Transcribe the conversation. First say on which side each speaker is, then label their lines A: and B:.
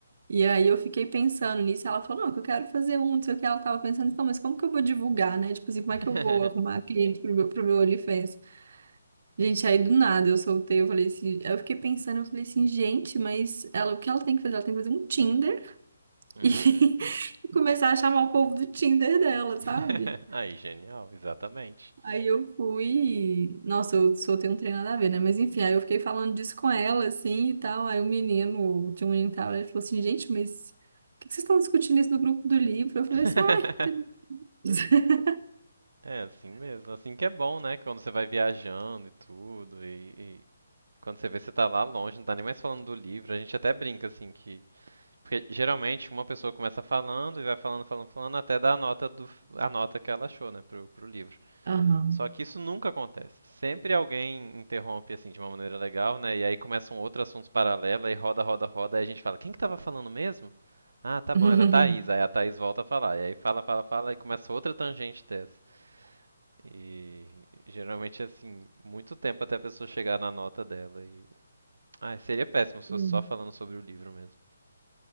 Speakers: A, on the right; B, on the right.
A: e aí eu fiquei pensando nisso, ela falou, não, que eu quero fazer um, não sei o que, ela tava pensando, então, mas como que eu vou divulgar, né? Tipo assim, como é que eu
B: <laughs>
A: vou arrumar cliente pro meu, pro meu OnlyFans? Gente, aí do nada eu soltei, eu falei assim, aí eu fiquei pensando, eu falei assim, gente, mas ela, o que ela tem que fazer? Ela tem que fazer um Tinder
B: uhum.
A: e <laughs> começar a chamar o povo do Tinder dela, sabe?
B: <laughs> Aí, genial, exatamente.
A: Aí eu fui. Nossa, eu soltei um trem nada a ver, né? Mas enfim, aí eu fiquei falando disso com ela, assim e tal. Aí o menino, tinha um menino que tava lá, ele falou assim: gente, mas por que que vocês estão discutindo isso no grupo do livro? Eu falei
B: <laughs>
A: assim: uai. tem- <laughs>
B: É assim mesmo, assim que é bom, né? Quando você vai viajando e tudo, e, e quando você vê que você tá lá longe, não tá nem mais falando do livro, a gente até brinca assim que. Porque geralmente uma pessoa começa falando e vai falando, falando, falando, até dar a nota do, a nota que ela achou, né, pro, pro livro.
A: Aham.
B: Só que isso nunca acontece. Sempre alguém interrompe assim de uma maneira legal, né? E aí começa um outro assunto paralelo, aí roda, roda, roda, aí a gente fala, quem que tava falando mesmo? Ah, tá
A: <laughs>
B: bom, era a Thaís. Aí a Thaís volta a falar. E aí fala, fala, fala, e começa outra tangente dessa. E geralmente assim, muito tempo até a pessoa chegar na nota dela. E... Ah, seria péssimo se fosse
A: Hum.
B: só falando sobre o livro mesmo.